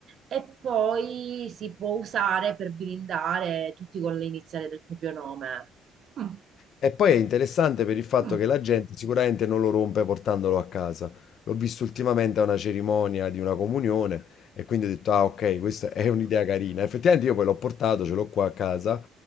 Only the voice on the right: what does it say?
e poi si può usare per blindare tutti con le iniziali del proprio nome. Mm,
mm.